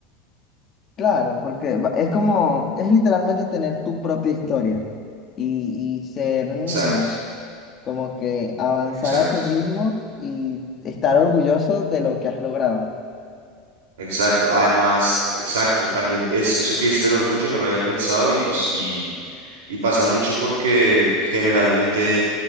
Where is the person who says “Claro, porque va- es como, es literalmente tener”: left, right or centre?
Left